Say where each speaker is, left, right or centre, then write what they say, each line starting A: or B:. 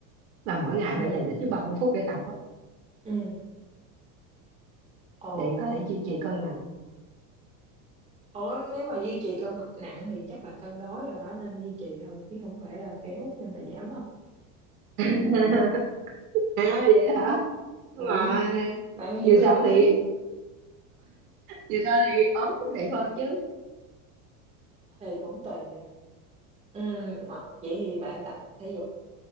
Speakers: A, on the right (about 85°); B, on the right (about 15°).
A: là mỗi ngày
B: Ừ.
A: phải dành ít nhất 30 phút để tập á
B: Ừ. Ồ.
A: để có thể duy trì cân nặng
B: Ủa nếu mà duy trì cân nặng thì chắc là cân đối rồi đó nên duy trì thôi chứ không phải là béo nên là giảm đâu
A: <laughs> à vậy hả
B: ừ
A: Nhưng mà
B: bạn hiểu
A: dù
B: lầm
A: sao thì
B: ý
A: dù sao thì ốm cũng đẹp hơn chứ
B: thì cũng tùy à. Ừ, ngọ- vậy thì bạn tập thể dục,